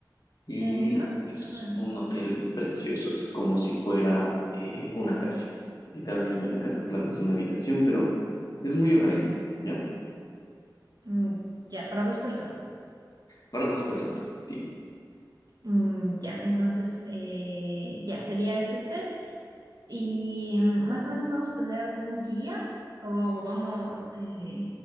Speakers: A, on the left (about 50°); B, on the right (about 55°).
A: Y
B: Eh, no,
A: es
B: no, no.
A: un hotel precioso, es como si fuera eh, una casa, literalmente una casa, claro, es una habitación, pero es muy hogareño, ¿ya?
B: Mm, ya, para dos personas.
A: Para dos personas, sí.
B: Mm, ya, entonces eh, ya sería ese hotel. Y mm, más o menos vamos a tener algún guía o vamos, eh,